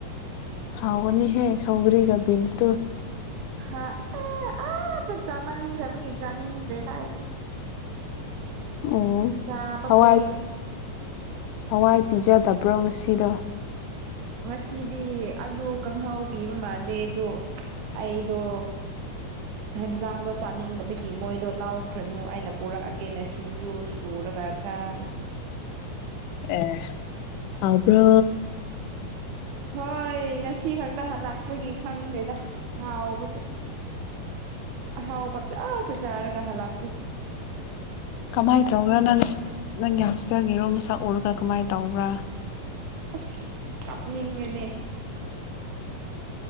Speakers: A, on the left (about 80°); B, on the right (about 70°).
A: ꯍꯥꯎꯅꯤꯍꯦ ꯁꯧꯒ꯭ꯔꯤꯒ ꯕꯤꯟꯁ ꯇꯨ
B: ꯍꯥ <unintelligible> <unintelligible> ꯆꯥꯃꯟꯈ꯭ꯔꯕꯒꯤ ꯆꯥꯅꯤꯡꯗ꯭ꯔꯦ ꯗꯥꯏꯗꯤ
A: ꯑꯣ
B: ꯆꯥꯕꯥ
A: ꯍꯋꯥꯏ
B: ꯄꯦꯟ
A: ꯍꯋꯥꯏ ꯄꯤꯖꯗꯕ꯭ꯔꯣ ꯉꯁꯤꯗꯣ
B: ꯉꯁꯤꯗꯤ ꯑꯂꯨ ꯀꯥꯡꯍꯥꯎ ꯄꯤꯕ ꯃꯥꯜꯂꯦ ꯑꯗꯣ ꯑꯩꯗꯣ ꯍꯦꯟꯖꯥꯡꯗꯣ ꯆꯥꯅꯤꯡꯗꯕꯒꯤ ꯃꯣꯏ ꯑꯗꯣ ꯂꯥꯎꯈ꯭ꯔꯅꯨ ꯑꯩꯅ ꯄꯨꯔꯛꯑꯒꯦꯅ ꯁꯤꯡꯖꯨ ꯁꯨꯔꯒ ꯆꯥꯔꯦ
A: ꯑꯦ ꯍꯥꯎꯕ꯭ꯔꯣ
B: ꯍꯣꯏ ꯉꯁꯤ <unintelligible> <unintelligible> ꯈꯪꯗꯦꯗ ꯍꯥꯎꯕꯗꯨ ꯑꯍꯥꯎꯕ ꯆ ꯆꯠ ꯆꯥꯔꯒ ꯍꯥꯂꯛꯄꯒꯤ
A: ꯀꯃꯥꯏꯅ ꯇꯧꯕ꯭ꯔꯥ ꯅꯪ ꯅꯪꯒꯤ ꯍꯣꯁꯇꯦꯜꯒꯤꯔꯣꯝ ꯃꯁꯛ ꯎꯔꯒ ꯀꯃꯥꯏꯅ ꯇꯧꯕ꯭ꯔꯥ
B: ꯑꯁ ꯀꯥꯞꯅꯤꯡꯉꯅꯦ